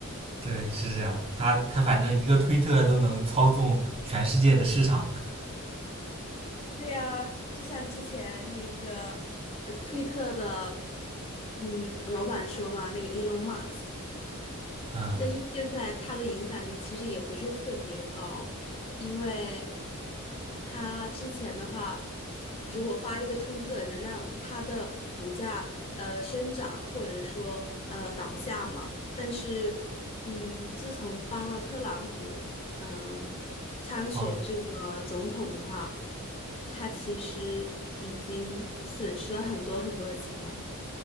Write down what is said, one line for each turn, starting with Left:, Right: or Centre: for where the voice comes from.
Right: 对，是这样。他他反正一个推特都能操纵全世界的市场。
Left: 对呀，就像之前那个呃，推特的，嗯，老板说嘛，那个 Elon Musk。
Right: 嗯，
Left: 但是现在他的影响力其实也不是特别高，因为他之前的话，如果发一个推特能让他的股价呃生长或者说呃倒下嘛，但是嗯，自从帮了特朗普嗯参选这个总统的话，
Right: 哦，
Left: 他其实已经损失了很多很多钱。